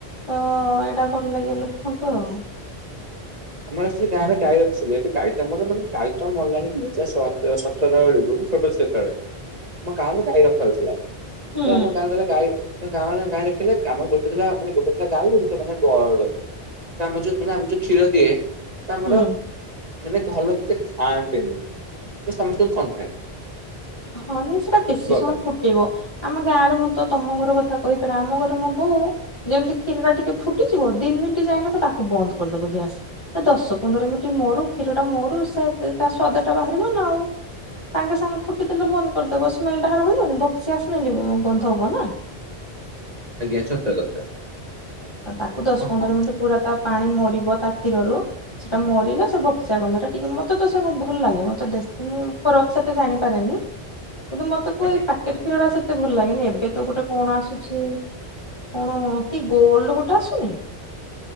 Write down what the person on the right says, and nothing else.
ଆମର ଆକ୍ଚୁଲି ଗାଁରେ ଗାଈ ର ରଖଥିଲେ ଏବେ ଗାଈତ ଆମର ମାନେ ଗାଈତ ମଲାଣି ଦୁଇ ହଜା ଚରଳିକୁ ଛୋଟ ସେତେବେଳେ, ଆମ ଗାଁରେ ଗାଈ ରଖାହଉଥିଲା। ତ
ଆମ ଗାଁ ଟାରେ ଗାଈ ତ ଗାଁରେ ଗାଈ ରଖିଥିଲେ। ଆମର ଗୋଟେ ଥିଲା ମାନେ ଗୋଟେ ଥିଲା ଗାଈ ଗୋଟେ ଥିଲା <unintelligible> ତ ଆମର ଆମ ଯୋଉ କ୍ଷୀର ଦିଏ ତ ଆମର
ମାନେ ଘର ଲୋକ ଏତେ ଖାଆନ୍ତିନି। ସମସ୍ତଙ୍କୁ କମ୍ ଥାଏ।
ପାଇଁ
ଆଜ୍ଞା ସତ କଥା।
ଆଉ
କଣ
ଆଜ୍ଞା